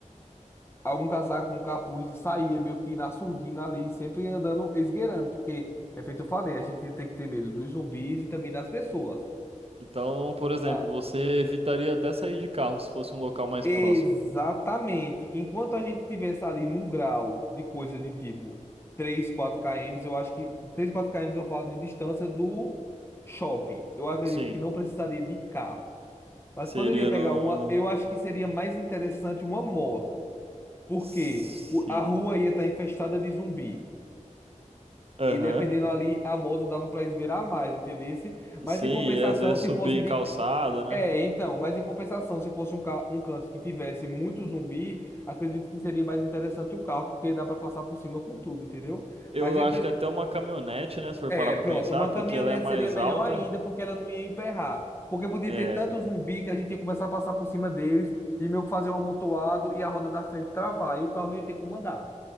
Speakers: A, on the left (about 20°); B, on the right (about 50°).
A: algum casaco, um capuz e saía meio que na surdina ali, sempre andando, esgueirando, porque é feito eu falei, a gente tem que ter medo dos zumbis e também das pessoas.
B: Então, por exemplo,
A: Ah,
B: você evitaria até sair de carro se fosse um local mais
A: exatamente.
B: próximo.
A: Enquanto a gente tivesse ali num grau de coisa de tipo 3 4 km, eu acho que 3 4 km eu falo de distância do shopping. Eu acredito
B: Sim,
A: que não precisaria de carro. Mas
B: seria
A: poderia pegar
B: no.
A: uma. Eu acho que seria mais interessante uma moto, porque
B: Sim.
A: o- a rua ia estar infestada de zumbi.
B: Aham.
A: E dependendo ali, a moto dava para esgueirar mais, entendesse? Mas
B: Sim,
A: em compensação,
B: e às vezes
A: se
B: subir
A: fosse
B: em
A: de.
B: calçada,
A: ca-
B: né?
A: É, então, mas em compensação, se fosse um, ca... um canto que tivesse muito zumbi, acredito que seria mais interessante o carro, porque dá para passar por cima com tudo, entendeu?
B: Eu
A: Mas dependendo.
B: acho que até uma caminhonete, né? Se for
A: É,
B: parar pra
A: pronto,
B: pensar,
A: uma
B: porque
A: caminhonete
B: ela é mais
A: seria melhor
B: alta.
A: ainda, porque ela não ia emperrar. Porque podia
B: É,
A: ter tanto zumbi que a gente ia começar a passar por cima deles e meio que fazer um amontoado e a roda da frente travar, e o carro não ia ter como andar.